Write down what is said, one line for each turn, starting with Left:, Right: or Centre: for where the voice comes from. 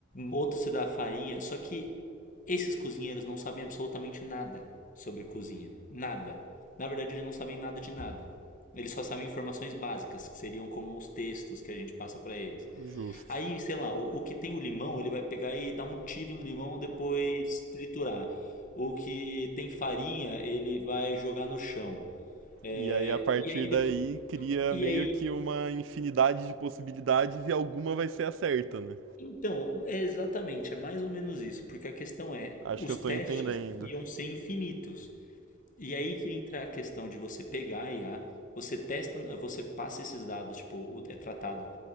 Left: outro você dá farinha. Só que esses cozinheiros não sabem absolutamente nada sobre cozinha. Nada. Na verdade, eles não sabem nada de nada. Eles só sabem informações básicas, que seriam como os textos que a gente passa para eles.
Right: justo.
Left: Aí, sei lá, o, o que tem o limão, ele vai pegar e dar um tiro no limão, depois triturar. O que tem farinha, ele vai jogar no chão. É,
Right: E aí, a partir
Left: e aí, de-
Right: daí, cria
Left: e
Right: meio
Left: aí,
Right: que uma infinidade de possibilidades e alguma vai ser a certa, né?
Left: então, é exatamente, é mais ou menos isso, porque a questão é,
Right: Acho
Left: os
Right: que eu tô
Left: testes
Right: entendendo.
Left: iam ser infinitos. E aí que entra a questão de você pegar a IA, você testa, você passa esses dados, tipo, é tratado